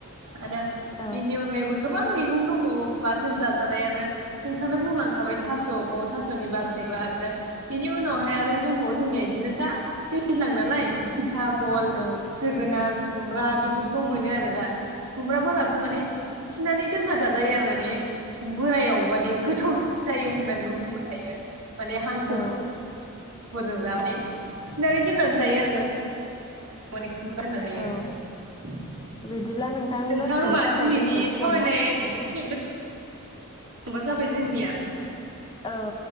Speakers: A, on the right (about 80°); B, on the left (about 20°).
A: आरो।
B: औ
A: बिनि अनगायैबो गोबां। गोबां मैगं दङ' बाथोन जाजानाय आरो नोंथाङा बुंलांखाबाय थास'खौ थास'नि बागैबो आरो। बेनि उनावहाय आरो दंबावो जोंनिया बिदिनो दा दैज्लां नालाय जिंखा। बहल,
B: औ
A: जोगोनार, खुमब्रा बेफोरखौ मोनो आरो दा। खुमब्राफोराबो माने थिनानै। दोनना जाजायो आरो माने बोरायाव माने गोथाव जायो होननानैबो बुंनो हायो। माने हांसो।
B: औ
A: फोरजों जाजायो माने थिनानै दोननानै जायो आरो। माने खुंमब्रा होननो हायो।
B: औ
A: नोंथां
B: बिदिब्ला दसेनि
A: होमबा
B: थाखाय
A: दिनैनि
B: दोनथ'नोसै
A: सावरायनाय
B: नामा?
A: आयदायाव बेखिनिनो। समाबो जाबाय जोंनिया।
B: औ